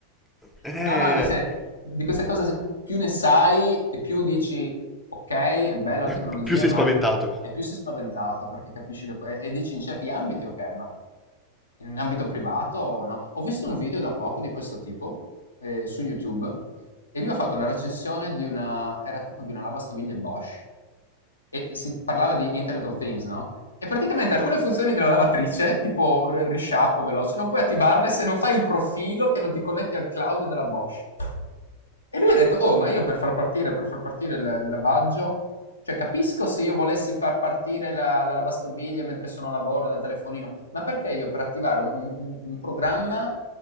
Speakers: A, in the centre; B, on the left.
A: Ed è...
B: No, no, invece di queste cose s più ne sai e più dici: "Okay, è bella
A: <laughs>
B: la tecnologia",
A: Più sei
B: ma
A: spaventato.
B: e più sei spaventato perché capisci le po e e dici in certi ambiti: "Okay, ma in ambito privato no". Ho visto un video da poco di questo tipo, ehm, su YouTube e lui ha fatto una recensione di una era tipo di una lavastoviglie Bosch e si parlava di Internet of Things, no? E praticamente alcune funzioni della lavatrice, tipo r- risciacquo veloce, non puoi attivarle se non fai il profilo che non ti connetti al cloud della Bosch. E lui ha detto, oh, ma io per far partire, per far partire la- il lavaggio, cioè capisco se io volessi far partire la, la lavastoviglie mentre sono a lavoro dal telefonino, ma perché io per attivare un, un- un programma